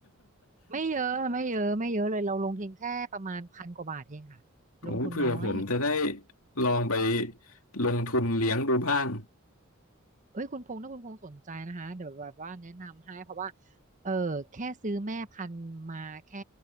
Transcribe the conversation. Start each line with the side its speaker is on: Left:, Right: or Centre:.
Right: ไม่เยอะไม่เยอะไม่เยอะเลยเราลงทุนแค่ประมาณพันกว่าบาทเองค่ะ
Left: <laughs> โอ้เผื่อผมจะได้
Right: ลงทุนน้อย
Left: ลองไปลงทุนเลี้ยงดูบ้าง
Right: เอ้ยคุณพงษ์ถ้าคุณพงษ์สนใจนะคะเดี๋ยวแบบว่าแนะนำให้เพราะว่าเออแค่ซื้อแม่พันธุ์มาแค่